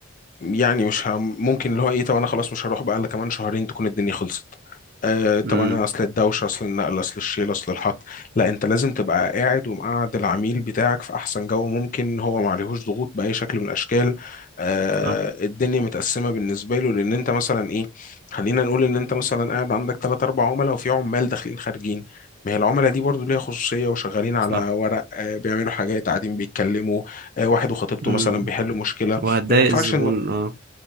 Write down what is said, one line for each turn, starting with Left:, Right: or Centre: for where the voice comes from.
Left: يعني مش هم ممكن اللي هو ايه طب انا خلاص مش هروح بقى الا كمان شهرين تكون الدنيا خلصت آه طب
Right: امم
Left: انا اصل الدوشه اصل النقل اصل الشيل اصل الحط لا انت لازم تبقى قاعد ومقعد العميل بتاعك في احسن جو ممكن هو ما عليهوش ضغوط باي شكل من الاشكال آه
Right: صح
Left: الدنيا متقسمه بالنسبه له لان انت مثلا ايه خلينا نقول ان انت مثلا قاعد عندك ثلاث اربع عملاء وفي عمال داخلين خارجين ما هي العملاء دي برضو ليها خصوصية وشغالين على
Right: صح
Left: ورق آه، بيعملوا حاجات قاعدين بيتكلموا آه، واحد وخطيبته
Right: امم
Left: مثلا بيحلوا مشكلة
Right: وهتضايق
Left: ما ينفعش
Right: الزبون
Left: إن-
Right: اه